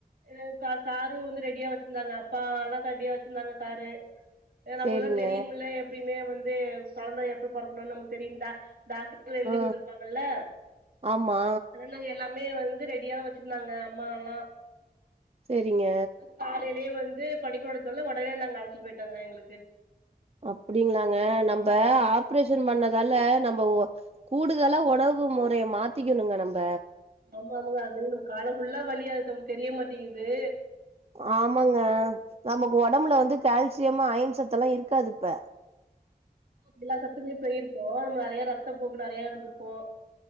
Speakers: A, on the right; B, on the right.
A: ம் கா காரு வந்து ரெடியா வச்சிருந்தாங்க அப்பா எல்லா ரெடியா வச்சிருந்தாங்க காரு அ நம்ளுக்குதா
B: சேரிங்க
A: தெரியுமுல்ல எப்பயுமே வந்து கொழந்த எப்ப பொறக்கணுனு நமக்கு தெரியு டா டாக்டருங்களே
B: ஆ
A: சொல்லுவாங்கள்ல
B: ஆமா
A: நாங்க எல்லாமே வந்து ரெடியா வ ச்சிருந்தாங்க அம்மா எல்லா
B: சேரிங்க
A: காலைலே வந்து பனிகொட ஒடஞ்சதால ஒடனே நாங்க அழைச்சிட்டு போயிட்டாங்க எங்களுக்கு
B: அப்டிங்ளாங்க நம்ப
A: ஆமாங்க
B: ஆப் ரேஷன் பண்ணதால நம்ப கூடுதலா உணவு மொறய மாத்திக்ணுங்க நம்ப
A: ஆமாங்க அது நம்ம காலம் ஃபுல்லா வலி அது நம்மளுக்கு தெரியமாட்டிங்குது
B: ஆமாங்க நமக்கு ஒடம்புல வந்து கால்சியம் அயன் சத்துல்லா இருக்காது இப்ப
A: எல்லா சத்துமே போயிருக்கு நம்ம நெறைய ரத்த போக்கு நெறையா இருந்திருக்கு